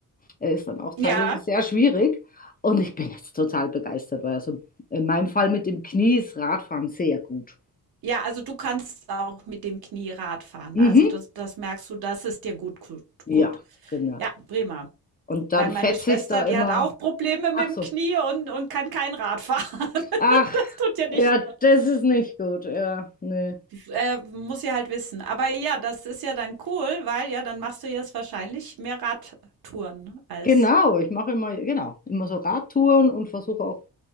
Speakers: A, on the left; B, on the right.
A: Er ist dann auch teilweise
B: ja,
A: sehr schwierig. Und ich bin jetzt total begeistert, weil also in meinem Fall mit dem Knie ist Radfahren sehr gut.
B: ja, also du kannst auch mit dem Knie Rad fahren.
A: Mhm.
B: Also das das merkst du, das ist dir gut gut
A: Ja,
B: gut.
A: genau.
B: Ja, prima.
A: Und dann
B: Weil meine
A: fetze
B: Schwester,
A: ich da
B: die
A: immer.
B: hat auch Probleme mit
A: Ach
B: dem
A: so.
B: Knie und und kann kein Rad fahren. <laughs>
A: Ach,
B: Das tut ja nicht
A: ja,
B: gut.
A: das ist nicht gut. Ja, nee.
B: Äh, muss sie halt wissen. Aber ja, das ist ja dann cool, weil ja, dann machst du jetzt wahrscheinlich mehr Radtouren als
A: Genau, ich mache immer, genau, immer so Radtouren und versuche auch,